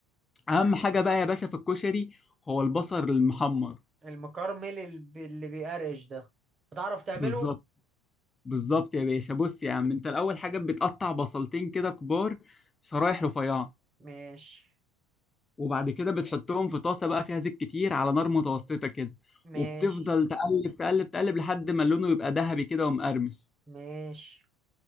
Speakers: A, on the left; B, on the right.
A: اهم حاجه بقى يا باشا في الكشري هو البصل المحمر
B: المكرمل الب- اللي بيقرقش ده بتعرف تعمله
A: بالظبط بالظبط يا باشا بص يا عم انت الاول حاجه بتقطع بصلتين كده كبار شرايح رفيعه
B: ماشي
A: وبعد كده بتحطهم في طاسه بقى فيها زيت كتير على نار متوسطه كده
B: ماشي
A: وبتفضل تقلب تقلب تقلب لحد ما لونه يبقى ذهبي كده ومقرمش
B: ماشي